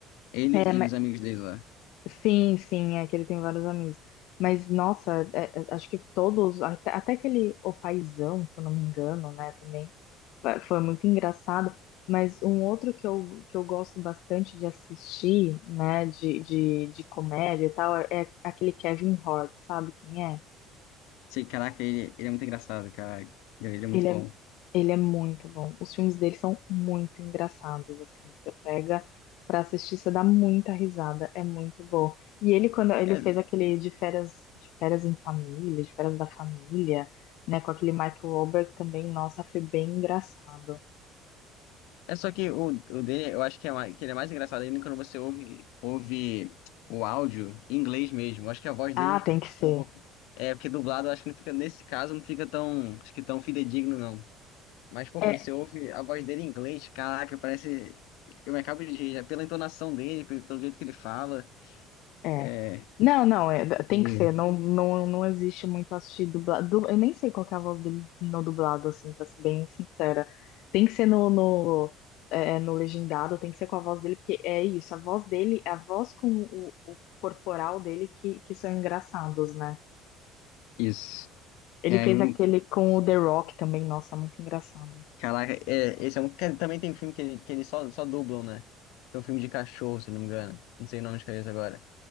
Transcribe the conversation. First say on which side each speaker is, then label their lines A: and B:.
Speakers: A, on the left; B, on the left.
A: Ele e
B: É, mas-
A: os amigos dele lá.
B: sim, sim, é que ele tem vários amigos. Mas, nossa, é, é, acho que todos, até, até aquele O Paizão, se eu não me engano, né, também, fa- foi muito engraçado. Mas um outro que eu, que eu gosto bastante de assistir, né, de, de, de comédia e tal, é é aquele Kevin Hart, sabe quem é?
A: Sei, caraca, ele, ele é muito engraçado, cara Ele ele é muito
B: Ele
A: bom.
B: é, ele é muito bom. Os filmes dele são muito engraçados, assim. Você pega pra assistir, você dá muita risada, é muito bom. E ele, quando ele
A: É,
B: fez aquele de férias, de férias em família, de férias da família, né, com aquele Mark Wahlberg também, nossa, foi bem engraçado.
A: é só que o, o dele, eu acho que, é mais, que ele é mais engraçado ainda quando você ouve, ouve o áudio em inglês mesmo. Eu acho que a voz
B: Ah,
A: dele
B: tem que ser.
A: é um pouco. É, porque dublado eu acho que não fica, nesse caso, não fica tão, acho que tão fidedigno, não. Mas, pô,
B: É,
A: quando você ouve a voz dele em inglês, caraca, parece. Eu me acabo de rir, já pela entonação dele, pe- pelo jeito que ele fala.
B: É.
A: É,
B: Não, não, é-
A: Incrível.
B: tem que ser. Não, não, não existe muito assistir dublado. Du- Eu nem sei qual que é a voz dele no dublado, assim, pra ser bem sincera. Tem que ser no, no, é, no legendado, tem que ser com a voz dele, porque é isso, a voz dele, a voz com o, o corporal dele que, que são engraçados, né?
A: Isso.
B: Ele
A: E aí,
B: fez
A: um-
B: aquele com o The Rock também, nossa, muito engraçado.
A: caraca, é, esse é um. que- Também tem um filme que, ele- que eles só, só dublam, né? Tem um filme de cachorro, se não me engano. Não sei o nome de cabeça agora.